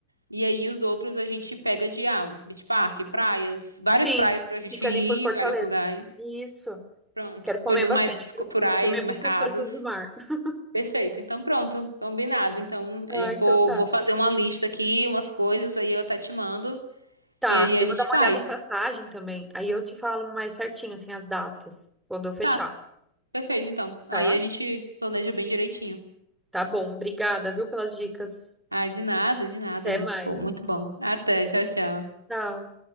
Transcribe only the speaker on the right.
e aí os outros a gente pega de, ah, um beach park, praias, várias
praias pra gente
ir,
vários lugares.
Pronto.
Coisas
mais
culturais,
mercados.
Perfeito. Então, pronto, combinado. Então, eu
vou,
vou fazer uma lista aqui, umas coisas, aí eu até te mando,
e aí a
gente
faz.
Tá, perfeito, então. Aí
a gente planeja bem direitinho.
Ah, de nada, de nada.
Muito
bom, muito bom. Até, tchau, tchau.